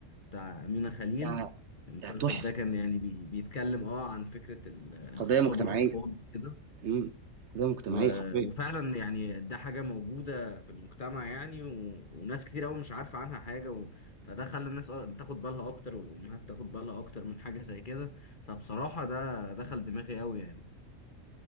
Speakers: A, on the left; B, on the right.
A: بتاع أمينة خليل
B: ده
A: المسلسل
B: ده تحفه
A: ده كان يعني بي- بيتكلم اه عن فكرة ال- آه،
B: قضيه
A: اغتصاب
B: مجتمعيه
A: الأطفال كده
B: امم قضيه مجتمعيه
A: و-
B: حرفيا
A: وفعلا يعني ده حاجة موجودة في المجتمع يعني و... وناس كتير قوي مش عارفة عنها حاجة و... فده خلى الناس أ- تاخد بالها أكتر والأمهات تاخد بالها أكتر من حاجة زي كده فبصراحة ده دخل دماغي قوي يعني